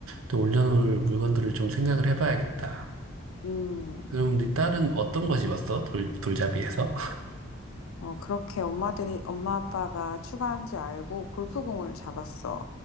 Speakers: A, on the right; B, on the left.
A: 또 올려놓을 물건들을 좀 생각을 해봐야겠다.
B: 음.
A: 그럼 네 딸은 어떤 거 집었어? 돌, 돌잡이에서?
B: 어, 그렇게 엄마들이, 엄마 아빠가 추가한지 알고 골프공을 잡았어.